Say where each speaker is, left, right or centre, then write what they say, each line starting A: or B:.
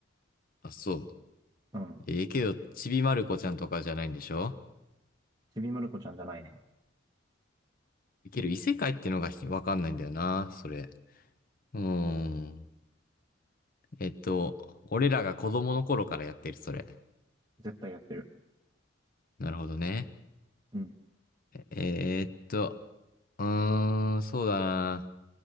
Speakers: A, on the left (about 45°); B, on the right (about 20°).
A: あ、そ
B: うん。
A: う。えーけど、ちびまる子ちゃんとかじゃないんでしょ
B: ちびまる子ちゃんじゃないね。
A: いける異世界ってのがひわかんないんだよな、それ。うーん。えっと、俺らが子供の頃からやってる、それ。
B: 絶対やってる。
A: なるほどね。
B: うん。
A: えーっと、うーん、そうだな。